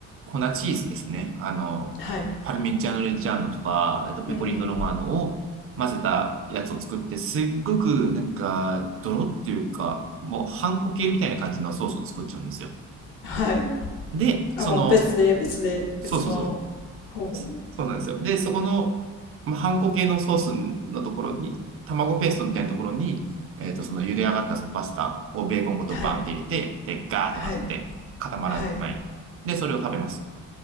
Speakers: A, on the right; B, on the left.
A: 粉チーズですね。あの、
B: はい。
A: パルミジャーノ・レッジャーノとか、えっと、ペコリーノ・
B: うん、うん。
A: ロマーノを混ぜたやつを作って、すっごくなんか、ドロっていうか、もう、ハンコ系みたいな感じのソースを作っちゃうんですよ。
B: はい。
A: で、その、
B: あ、もう別で、別で、
A: そうそうそう、
B: 別の方法。
A: そうなんですよ。で、そこの、まあ、ハンコ系のソースのところに、卵ペーストみたいなところに、えっと、その茹で上がったそのパスタをベーコンごとバンって入れて、
B: はい。
A: で、ガーって混ぜて、
B: はい。
A: 固まらない。
B: はい。
A: で、それを食べます。